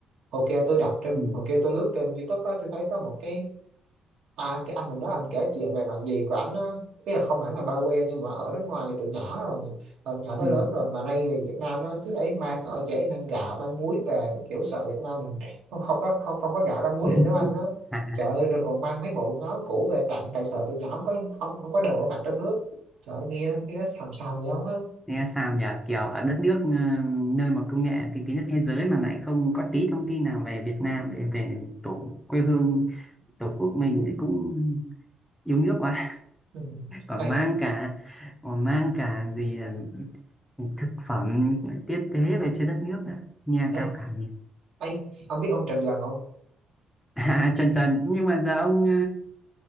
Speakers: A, on the right (about 80°); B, in the centre.
A: hồi kia tôi đọc trên
B: ừ.
A: hồi kia tôi lướt trên YouTube á tôi thấy có một cái À, cái anh mình đó anh kể chuyện về bạn gì của ảnh á, tức là không hẳn là ba quê nhưng mà ở nước ngoài từ nhỏ rồi từ nhỏ tới
B: Ừ.
A: lớn rồi mà nay về Việt Nam á chứ ấy mang ở chị ấy mang gạo mang muối về kiểu sợ Việt Nam mình không không có không không có gạo ra muối
B: <laughs>
A: để nấu ăn á
B: À,
A: trời ơi rồi còn mang mấy bộ quần áo cũ về tặng tại sợ tụi nhỏ không có không không có đồ ở mặt trong nước trời ơi, nghe nghe nó xàm xàm gì đâu á
B: nghe sao nhỉ kiểu ở đất nước ờ, nơi mà công nghệ tiên tiến nhất thế giới mà lại không có tí thông tin nào về Việt Nam để về tổ quê hương tổ quốc mình thì cũng yêu nước quá
A: Ừ.
B: <laughs> còn
A: ê
B: mang cả còn mang cả gì là thực phẩm tiết tế về cho đất nước nữa nghe cao
A: ê
B: cả nhỉ
A: ê ông biết ông Trần Dần không
B: <laughs> à, trần trần nhưng mà giờ ông